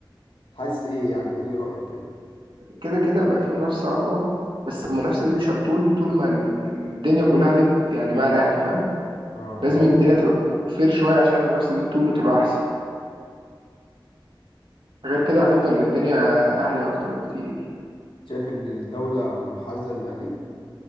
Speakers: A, on the left; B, on the right.
A: حاسس ايه يعني قولي رأيك كده
B: كده كده بقى فيه منافسة أقوى بس المنافسة دي مش هتطول طول ما ال- الدنيا كلها ضد يعني مع الأهلي فاهم
A: اه
B: لازم الدنيا تبقى فير شوية عشان المنافسة دي تطول وتبقى أحسن غير كده هتفضل الدنيا أهلي أكتر بكتير
A: شايف ان الدولة منحازة للاهلي